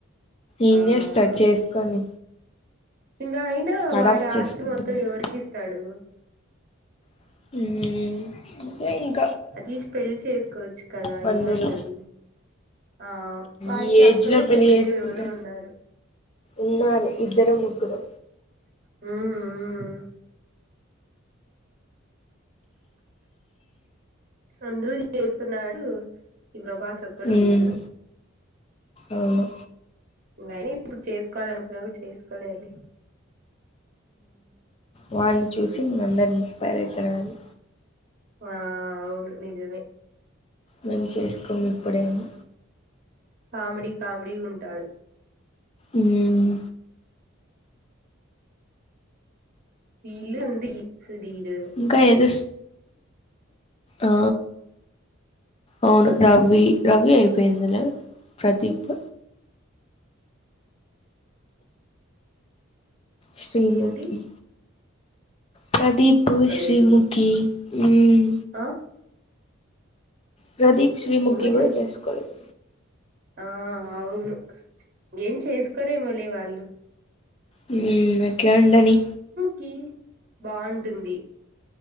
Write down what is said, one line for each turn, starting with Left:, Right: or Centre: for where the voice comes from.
Left: ఏం
Right: ఆ
Left: చేస్తాడు చేసుకొని
Right: ఇంకా అయినా
Left: అడాప్ట్
Right: వాడి
Left: చేసుకుంటున్నాయి
Right: ఆస్తి మొత్తం ఎవరికిస్తాడు
Left: ఉ
Right: అట్లీస్ట్ పెళ్ళి చేసుకోవచ్చు కదా
Left: బంధువులు
Right: ఏమైతాది ఆ వాడికి
Left: ఈ ఏజ్
Right: అక్కలు
Left: లో పెళ్లి
Right: చెల్లెళ్ళు
Left: చేసుకుంటే
Right: ఎవరో ఉన్నారు
Left: ఉన్నారు ఇద్దరు ముగ్గురో
Right: హమ్ హమ్ అందరూ చేసుకున్నారు ఈ ప్రభాస్ ఒక్కడు
Left: ఉమ్
Right: ఉన్నాడు
Left: అవును
Right: నయినీ ఇప్పుడు చేసుకోవాలి అనుకున చేసుకోలేరులే
Left: వాలని చూసి ఇంకా అందరూ ఇన్స్పైర్ అయితారు గాని
Right: ఆ అవును నిజమే
Left: మేము చేసుకోము ఇప్పుడే అని
Right: కామెడీ కామెడీగా ఉంటాడు
Left: ఉమ్
Right: వీళ్ళు అంతే ఈ సుదీరు
Left: ఇంకా ఏదో ఆ అవును రవి రవి అయిపోయిందిలే ప్రదీప్ శ్రీముఖీ
Right: ఏంది
Left: ప్రదీప్
Right: కలేదు
Left: శ్రీముఖి హమ్
Right: ఆ
Left: ప్రదీప్ శ్రీముఖి
Right: ఏమో
Left: కూడా
Right: చే
Left: చేసుకోలేధు
Right: ఆ అవును ఏం చేసుకోరెమోలే వాళ్ళు
Left: హమ్ గట్లా ఉండని
Right: కి బాగుంటుంది